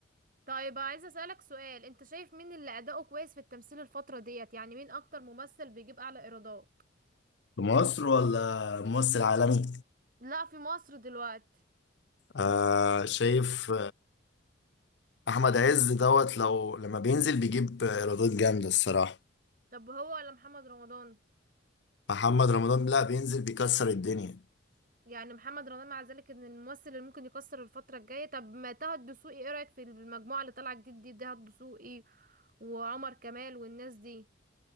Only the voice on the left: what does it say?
في مصر ولا ممثل عالمي
آه شايف احمد عز دوت لو لما بينزل بيجيب ايرادات جامدة الصراحة
محمد رمضان لا بينزل بيكسر الدنيا